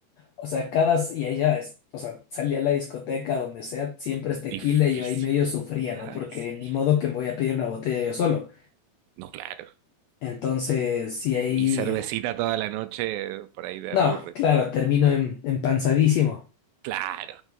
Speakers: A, on the left; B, on the right.
A: O sea, cada, y allá es, o sea, salía a la discoteca, donde sea, siempre es tequila
B: difícil.
A: y yo ahí medio sufría,
B: Ay,
A: ¿no? Porque
B: sí.
A: ni modo que me voy a pedir una botella yo solo.
B: No, claro.
A: Entonces, sí, ahí.
B: Y cervecita toda la noche, eh, por ahí te
A: No,
B: aburre.
A: claro, termino em- empanzadísimo.
B: Claro.